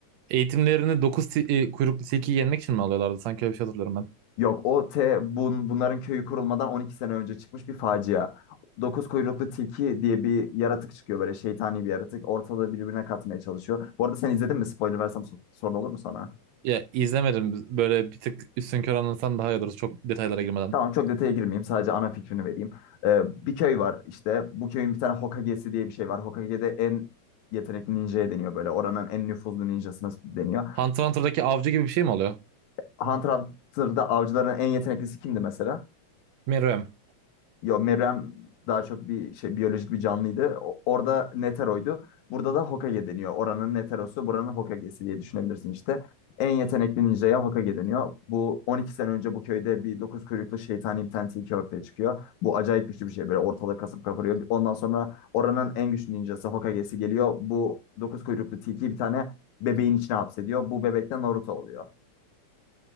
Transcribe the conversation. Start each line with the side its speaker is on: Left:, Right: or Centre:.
Right: eğitimlerini 9 si e, kuyruklu tilkiyi yenmek için mi alıyorlardı? Sanki öyle bir şey hatırlıyorum ben.
Left: yok. O T bun, bunların köyü kurulmadan 12 sene önce çıkmış bir facia. Dokuz kuyruklu tilki diye bir yaratık çıkıyor böyle şeytani bir yaratık. Ortalığı birbirine katmaya çalışıyor. Bu arada sen izledin mi? Spoiler versem so- sorun olur mu sana?
Right: Ya izlemedim. Böyle bir tık üstünkör anlatsan daha iyi olur. Çok detaylara girmeden.
Left: Tamam çok detaya girmeyeyim. Sadece ana fikrini vereyim. Ee, bir köy var işte. Bu köyün bir tane Hokage'si diye bir şey var. Hokage'de en yetenekli ninja'ya deniyor böyle. Oranın en nüfuzlu ninjasına deniyor.
Right: Hunter x Hunter'daki avcı gibi bir şey mi oluyor?
Left: Hunter x Hunter'da avcıların en yeteneklisi kimdi mesela?
Right: Meruem.
Left: Yo Meruem daha çok bir şey biyolojik bir canlıydı. O- Orada Netero'ydu. Burada da Hokage deniyor. Oranın Netero'su, buranın Hokage'si diye düşünebilirsin işte. En yetenekli ninja'ya Hokage deniyor. Bu 12 sene önce bu köyde bir dokuz kuyruklu şeytani bir tane tilki ortaya çıkıyor. Bu acayip güçlü bir şey böyle ortalığı kasıp kavuruyor. Ondan sonra oranın en güçlü ninjası Hokage'si geliyor. Bu dokuz kuyruklu tilkiyi bir tane bebeğin içine hapsediyor. Bu bebek de Naruto oluyor.